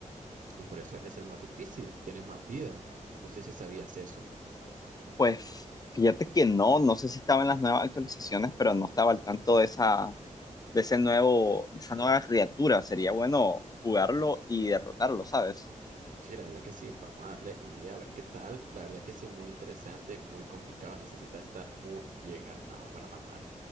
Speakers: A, on the right (about 70°); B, on the left (about 30°).
A: y por eso es el más difícil. Tienes más vida. No sé si sabías eso.
B: Pues fíjate que no, no sé si estaba en las nuevas actualizaciones, pero no estaba al tanto de esa, de ese nuevo, esa nueva criatura. Sería bueno jugarlo y derrotarlo, ¿sabes?
A: Sí, la verdad que sí, vamos a darle un día a ver qué tal. La verdad que sí, muy interesante, muy complicado, necesita estar muy bien armado para matar.